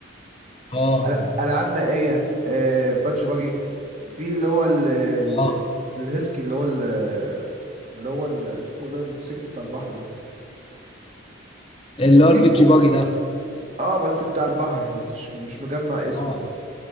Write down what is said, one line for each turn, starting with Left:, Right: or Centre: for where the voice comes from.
Left: اه
Right: أل- ألعاب مائية آه، بادج باجي في اللي هو ال- ال-
Left: اه
Right: الهيسكي اللي هو ال- اللي هو ال- اسمه ده الموتوسيكل بتاع البحر ده
Left: اللي
Right: وفي
Left: هو البيتش
Right: أوف.
Left: باجي ده
Right: اه بس بتاع البحر بس مش مش مجمع اسمه
Left: اه